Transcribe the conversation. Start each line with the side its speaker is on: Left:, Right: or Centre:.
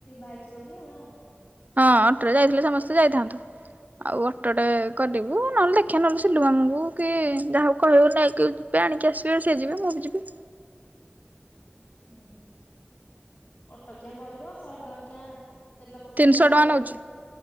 Left: ଭାଇ ଯିବ ହାରି ଆଉ।
Right: ହଁ ଅଟୋରେ ଯାଇଥିଲେ ସମସ୍ତେ ଯାଇଥାନ୍ତୁ। ଆଉ ଅଟୋଟେ କରିବୁ ନହେଲେ ଦେଖିବା ନହେଲେ ସିଲୁ ମାମୁଁଙ୍କୁ କି ଯାହାକୁ କହିବୁ ନେଇକି ଏବେ ଆଣିକି ଆସିବେ ସେ ଯିବେ ମୁଁ ବି ଯିବି।
Left: ହୁଁ ଅଟ କିଆଁ କରିବ ଶହେ ଟଙ୍କାରେ କିଆଁ ତେଲ ପକେଇଦବନି
Right: ତିନିଶହ ଟଙ୍କା ନଉଛି